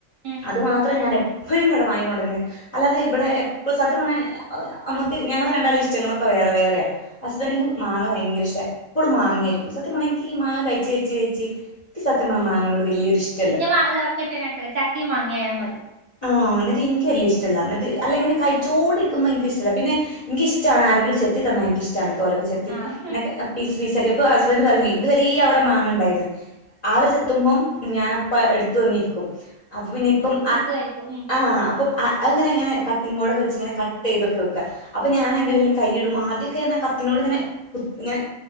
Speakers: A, on the right; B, on the left.
A: ഉം
B: അതു മാത്രം ഞാനെപ്പോഴുംവ്ടെ വാങ്ങിക്കൊണ്ടിന്നന്ന് അല്ലാതെ ഇവിടെ എപ്പളു സത്യ പറണ അമ്മക്ക് ഞങ്ങടരണ്ടാളെം ഇഷ്ടങ്ങളൊക്കെ വേറെ വേറെയാ അസ്ബന്റിന് മാങ്ങ ഭയങ്കര ഇഷ്ട എപ്പളും മാങ്ങേയിരിക്കും സത്യംപറഞാ യ്ക്ക് ഈ മാങ്ങ കയ്ച്ച കയ്ച്ച കയ്ച്ച് യ്ക്ക് സത്യംപറ മാങ്ങേനോട് വല്യൊരിഷ്ടം
A: <unintelligible> ചക്കേ മാങ്ങയായാ മതി
B: ആ ന്നിട്ട് ഇൻക്ക് വല്യ ഇഷ്ടല്ല ന്നിട്ട് അല്ല ഇങ്ങനെ കഴിച്ചോണ്ടിരിക്കുമ്പോ ഇൻക്കിഷ്ടല്ല പിന്നെ ഇൻക്കിഷ്ടാണ് ആരെങ്കിലും ചെത്തിത്തന്ന ഇൻക്കിഷ്ടാണ് തോലെക്കെ ചെത്തി
A: ആഹ്
B: എ പീസ്പീസാക്കി പ്പൊ ഹസ്ബൻഡ് പറഞ്ഞേ ഇതുവരേ അവ്ടെ മാങ്ങേണ്ടാരുന്നു ആള് ചെത്തുമ്പം ഞാനപ്പ എടുത്ത് വന്നിക്കും അപ്പൊപിന്നെ ഇപ്പം
A: കയിക്കും
B: ആഹ് അപ്പം അത്ങ്ങനെങ്ങനെ കട്ടിംങ് ബോർഡൊക്കെച്ച്ങ്ങനെ കട്ട് ചെയ്തൊക്കെ വെക്ക്കാ അപ്പൊ ഞാൻ അയിന്റെ എടേൽ കയിടും ആദ്യൊക്കെ ഇങ്ങനെ കത്തിനോട് ഇങ്ങനെ കു ഇങ്ങനെ